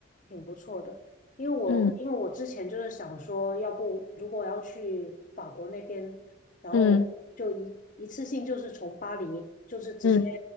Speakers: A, on the left (about 40°); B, on the left (about 80°).
A: 挺不错的。因为我因为我之前就是想说，
B: 嗯
A: 要不如果要去法国那边，然后就一一次性就是从巴黎，
B: 嗯
A: 就是直接
B: 嗯